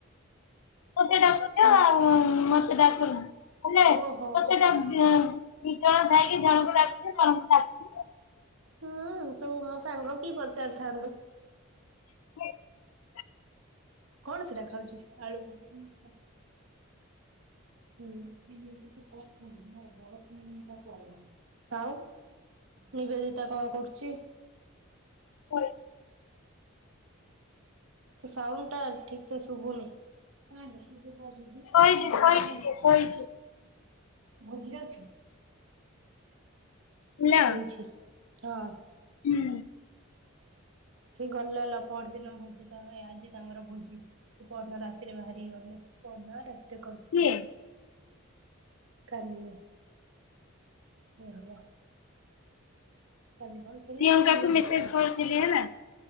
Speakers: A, on the left (about 85°); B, on the right (about 70°).
A: ମତେ ଡାକୁଛ
B: କାହାକୁ?
A: ଆଉ ମତେ ଡାକୁ ହେଲେ
B: ଓହୋ
A: ମତେଟ
B: ହୋ
A: ଦିକଣ ଭାଇ ଜଣକୁ ଡାକୁଚ ଜଣ କୁଡାକୁଚ।
B: ହୁଁ ତୁ ମୋ ସାଙ୍ଗ କି ପଚାରିଥାନ୍ତୁ।
A: <unintelligible>
B: କଣ ସେଟା ଖାଉଛି ଆଳୁ ବିମିଶି।
A: ହ
B: ହୁଁ କିଛିଛ ବା କରିବ ଆଉ। ନିବେଦିତା କାମ କରୁଛି।
A: ଶୋଇ
B: ତ ସାଉଣ୍ଡ ଟା ଠିକ ସେ ଶୁବୁନି? ଦିଦିଙ୍କ କରୁଥିଲ
A: ଶୋଇଛି ଶୋଇଛି ସିଏ ଶୋଇଛି
B: ଭୋଜିଅଛି।
A: ହେଲା
B: ଶୋଇଛି ହଁ।
A: ହୁଁ
B: ସି ଗଲେ ଲ ପର ଦିନ ଭୋଜି ତ ଆଜି ତାଙ୍କର ଭୋଜି ସେ ପହଦିନ ରାତିରେ ବାହାରିକି ଗଲେ। ପନଦିନ ରାତରେ କରିଥିଲା।
A: କିଏ
B: କାଲି ଏହେବ। କାଲି କଣ ଥିଲା
A: ପ୍ରିୟଙ୍କାକୁ
B: ଆଜି ଭୋଜିଁ
A: ମେସେଜ କରିଥିଲି ହେଲା